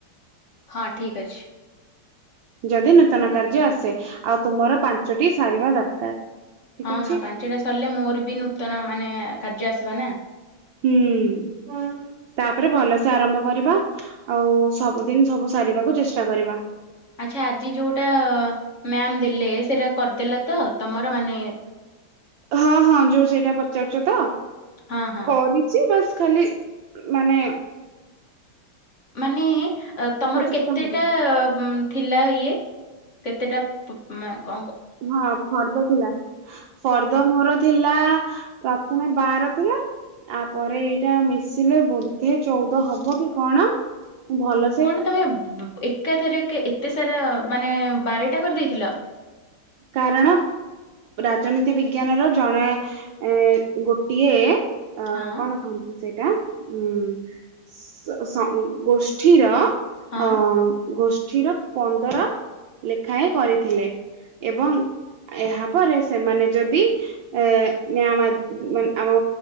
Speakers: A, on the left; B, on the right.
A: ହଁ ଠିକ୍ ଅଛି।
B: ଯଦି ନୂତନ କାର୍ଯ୍ୟ ଆସେ ଆଉ ତୁମର ପାଞ୍ଚଟି ସାରିବା ଦରକାର। ଠିକ
A: ହଁ
B: ଅଛି।
A: ହଁ ପାଞ୍ଚଟା ସରିଲେ ମୋର ବି ନୂତନ ମାନେ କାର୍ଯ୍ୟ ଆସିବା ନା?
B: ହୁଁ ତାପରେ ଭଲସେ ଆରମ୍ଭ କରିବା। ଆଉ ସବୁଦିନ ସବୁ ସାରିବାକୁ ଚେଷ୍ଟା କରିବା।
A: ଆଚ୍ଛା ଆଜି ଯୋଉଟା ମ୍ୟାମ ଦେଲେ ସେଟା କରିଦେଲା ତ ତମର ମାନେ
B: ହଁ ହଁ ଯୋଉ ସେଇଟା ପଚାରୁଛ ତ
A: ହଁ ହଁ
B: କରି ଚି ବାସ୍ ଖାଲି ମାନେ
A: ମାନେ ତମର
B: ଉପଯୁକ୍ତ
A: କେତେଟା
B: ହବ
A: ଉଁ ଥିଲା ଇଏ କେତେଟା ପ ମାକଣକ
B: ହଁ ଫର୍ଦ ଥିଲା ଫର୍ଦ ଫର୍ଦ ମୋର ଥିଲା ପ୍ରଥମେ ବାର ଥିଲା। ଆପରେ ଏଇଟା ମିଶିଲେ ବୋଧେ ଚଉଦ ହବ କି କଣ ଭଲସେ
A: କଣ ତମେ ବ-ବ ଏକାଥରକେ ଏତେ ସାରା ମାନେ ବାରଟା କରି ଦେଇଥିଲ।
B: କାରଣ ରାଜନୀତି ବିଜ୍ଞାନର ଜଣେ ଏ ଗୋଟିଏ ଅ
A: ହଁ
B: କଣ କହନ୍ତି ସେଇଟା ଉଁ ସ ଗୋଷ୍ଠୀର
A: ହଁ
B: ଅ ଗୋଷ୍ଠୀର ପନ୍ଦର ଲେଖାଏଁ କରିଥିଲେ। ଏବଂ ଏହା ପରେ ସେମାନେ ଯଦି ଏ ମ୍ୟମ୍ ଆଜି ଆନେ ଆମ